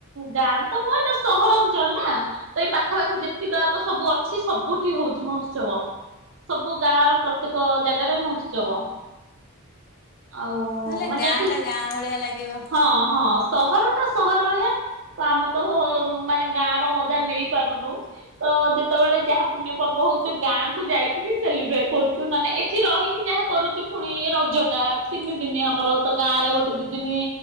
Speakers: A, on the right (about 65°); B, on the left (about 45°).
A: ଗାଁ ତ ନୁହଁ ଏଇଟା ସହରଅଞ୍ଚଳ ନା ତ ଏଇ ପାଖାପାଖି ଯେତିକଆକ ସବୁ ଅଛି ସବୁଠି ହୋଉଚି ମହୋତ୍ସବ ସବୁ ଗାଁ ର ପ୍ରତ୍ୟେକ ଜାଗାରେ ମହୋତ୍ସବ। ଆଉ
B: ହେଲେ
A: ମାନେ
B: ଗାଁଟା
A: ଏଠି
B: ଗାଁ ଭଳିଆ ଲାଗିବ
A: ହଁ ହଁ ସହର ଟା ସହର ଭଳିଆ ତ ଆମେ ତ ମାନେ ଗାଁ ର ମଜା ନେଇ ପାରୁନୁ ତ ଯେମି ଯେତେବେଳେ ଯାହା ପୁଣ୍ୟ ପର୍ବ ହଉଛି ଗାଁକୁୁ ଯାଇକି ହିଁ ସେଲିବ୍ରେଟ କରୁଛୁ। ନ ନାଇଁ ଏଠି ରହିକି ଯାହା କରୁଛୁ ପୁଣି ରଜ ଟା ତିନି ଦିନି ଆମର ତ ଗାଁ ରେ ଗୋଟେ ଦି ଦିନ